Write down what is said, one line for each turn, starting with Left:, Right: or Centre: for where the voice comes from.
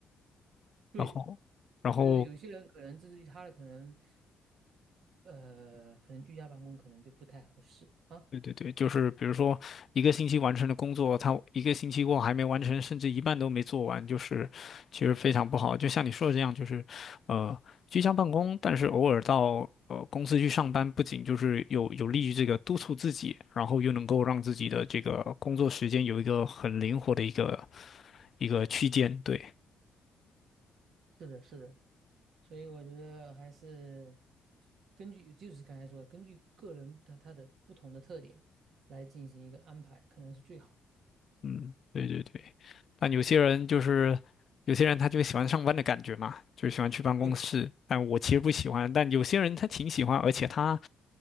Right: 对，
Left: 然后，然后
Right: 就是有些人可能自制力差的，可能呃可能居家办公可能就不太合适啊。
Left: 对对对，就是比如说一个星期完成的工作，他一个星期后还没完成，甚至一半都没做完，就是其实非常不好。就像你说的这样，就是呃居家办公，但是偶尔到。呃，公司去上班不仅就是有有利于这个督促自己，然后又能够让自己的这个工作时间有一个很灵活的一个一个区间，对，
Right: 是的，是的。所以我觉得还是根据就是刚才说的，根据个人的他的不同的特点来进行一个安排，可能是最好的。
Left: 嗯，对对对。但有些人就是有些人他就喜欢上班的感觉嘛，就喜欢去办公室。
Right: 对
Left: 但我其实不喜欢，但有些人他挺喜欢，而且他